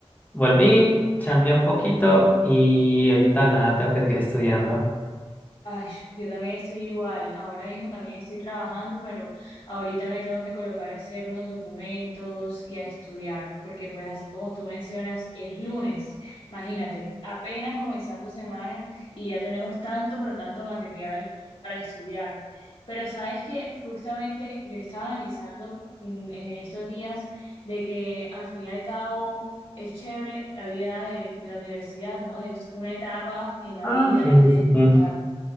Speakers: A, on the left; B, on the left.
A: volví, chambeé un poquito y ahorita nada, tengo que seguir estudiando.
B: Ay, yo también estoy igual. Ahora mismo también estoy trabajando, pero ahorita me tengo que colocar a hacer unos documentos y a estudiar, porque pues así como tú mencionas, es lunes. Imagínate, apenas comenzando semana y ya tenemos tanto, pero tanto material para estudiar. Pero sabes que justamente yo estaba analizando mm, en estos días de que al fin y al cabo es chévere la vida de, de la universidad, ¿no? Es una etapa en la
A: Ah,
B: vida,
A: sí,
B: hay
A: sí,
B: que
A: sí.
B: disfrutar
A: sí.